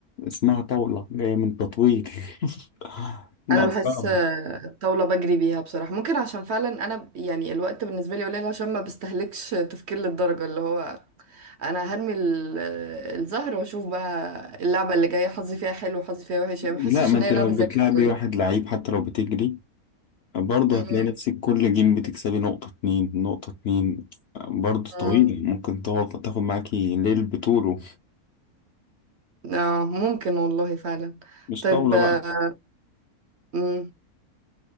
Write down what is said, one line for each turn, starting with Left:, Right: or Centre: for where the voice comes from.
Left: اسمها طاولة جاية من تطويل <laughs> لا
Right: انا بحس
Left: صعبة
Right: آه، الطاوله بجري بيها بصراحه ممكن عشان فعلا انا ب- يعني الوقت بالنسبه لي قليل عشان ما بستهلكش تفكير للدرجه اللي هو انا هرمي ال- آه، الزهر واشوف بقى اللعبه اللي جايه حظي فيها حلو وحظي فيها وحش يعني ما بحسش
Left: لا ما
Right: ان
Left: انت
Right: هي
Left: لو
Right: لعبه ذكاء
Left: بتلعبي
Right: قوي
Left: واحد لعيب حتى لو بتجري برضه
Right: أمم،
Left: هتلاقي نفسك كل جيم بتكسبي نقطة اتنين نقطة اتنين برضه
Right: أمم.
Left: طويلة ممكن تقعد تاخد معاكي ليل بطوله
Right: اه ممكن والله فعلا
Left: مش
Right: طيب
Left: طاولة
Right: آه،
Left: بقى
Right: أمم.